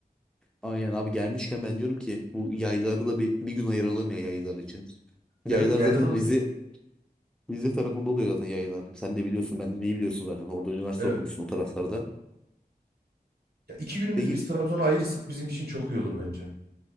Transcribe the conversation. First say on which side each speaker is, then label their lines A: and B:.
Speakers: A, in the centre; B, on the right.
A: Aynen abi gelmişken ben diyorum ki bu yayları da bir, bir gün ayıralım ya yaylar için. Yaylar
B: Evet yaylada
A: zaten
B: da
A: Rize Rize tarafında oluyor zaten yaylar. Sen de biliyorsun ben de iyi biliyorsun zaten. Orada üniversite
B: evet.
A: okumuşsun o taraflarda.
B: Ya iki günümüzü
A: Peki
B: biz Trabzon'a ayırırsak bizim için çok iyi olur bence.